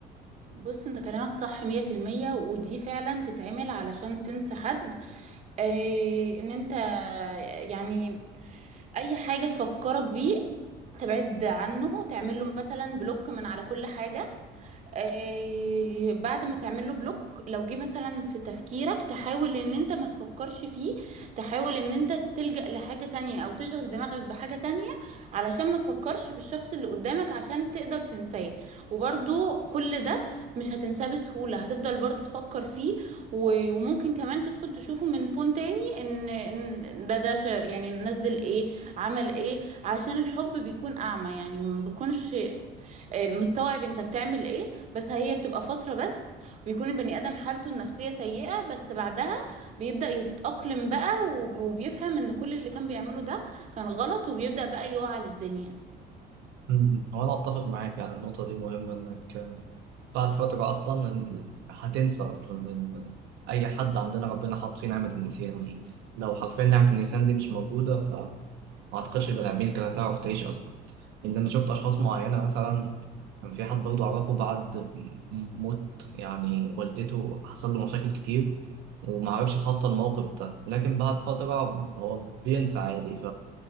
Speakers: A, on the right; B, on the right.
A: بص انت كلامك صح مية في المية ودي فعلا تتعمل علشان تنسى حد إيه ان انت يعني اي حاجة تفكرك بيه تبعد عنه تعمل له مثلا بلوك من على كل حاجة آه، بعد ما تعمل له بلوك لو جه مثلا في تفكيرك تحاول ان انت ما تفكرش فيه تحاول ان انت تلجأ لحاجة تانية او تشغل دماغك بحاجة تانية علشان ما تفكرش في الشخص اللي قدامك عشان تقدر تنساه وبرضو كل ده مش هتنساه بسهولة هتفضل برضو تفكر فيه و- وممكن كمان تدخل تشوفه من فون تاني ان إن ده ده ش- يعني نزل ايه عمل ايه عشان الحب بيكون اعمى يعني ما بيكونش آه، مستوعب انت بتعمل ايه بس هي بتبقى فترة بس ويكون البني ادم حالته النفسية سيئة بس بعدها بيبدأ يتأقلم بقى وب- وبيفهم ان كل اللي كان بيعمله ده كان غلط وبيبدأ بقى يوعى للدنيا
B: مم. هو انا اتفق معاك يعني النقطه دي مهمه انك آه، بعد فتره اصلا إن- هتنسى اصلا إن اي حد عندنا ربنا حاط فيه نعمه النسيان دي لو حرفيا نعمه النسيان دي مش موجوده ف ما اعتقدش البني ادمين كانت هتعرف تعيش اصلا لان انا شفت اشخاص معينه مثلا كان في حد برضه اعرفه بعد موت يعني والدته حصل له مشاكل كتير وما عرفش يتخطى الموقف ده لكن بعد فتره هو بينسى عادي